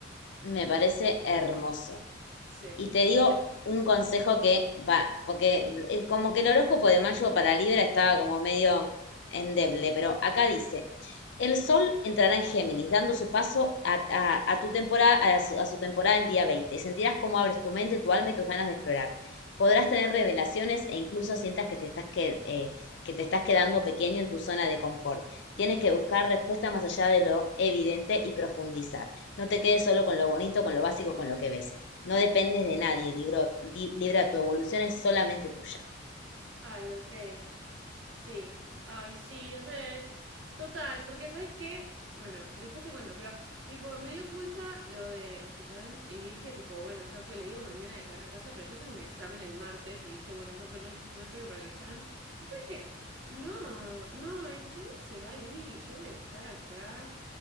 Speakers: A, on the left; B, on the right.
A: Me parece hermoso.
B: Sí.
A: Y te digo un consejo que va, porque el- como que el horóscopo de mayo para Libra estaba como medio endeble, pero acá dice, el sol entrará en Géminis, dando su paso a, a- a tu temporada, a su, a su temporada el día 20. y sentirás cómo abres tu mente, tu alma y tus ganas de explorar. Podrás tener revelaciones e incluso sientas que te estás, que, eh, que te estás quedando pequeño en tu zona de confort. Tienes que buscar respuesta más allá de lo evidente y profundizar. No te quedes solo con lo bonito, con lo básico, con lo que ves. No dependes de nadie, libro- di- Libra, tu evolución es solamente tuya.
B: Ay, ok. Sí, ay, sí, re. Total, porque ¿sabes qué? Bueno, después te cuento, pero tipo, me dio culpa lo de Iván y dije, tipo, bueno, ya fue, le digo mañana de cara a casa, pero yo tengo un examen el martes y dije, bueno, ya fue, no, no estudio para el examen. Pero después dije, no, no, el chabón se va a ir y yo voy a estar acá.